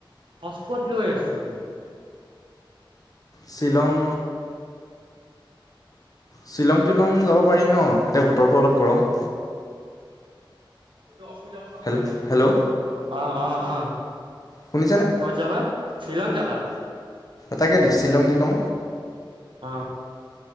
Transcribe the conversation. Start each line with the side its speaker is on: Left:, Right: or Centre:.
Right: হস্পট লৈ আছোঁ।
Left: শ্বিলং। শ্বিলং টিলং যাব পাৰি নহ এতিয়া বতৰটো অলপ গৰম।
Right: <unintelligible>
Left: হেল্ল' হেল্ল'
Right: অ অ অ
Left: শুনিছেনে
Right: ক'ত যাবা। শ্বিলং যাবা?
Left: তাকেতো শ্বিলং তিলং।
Right: অ',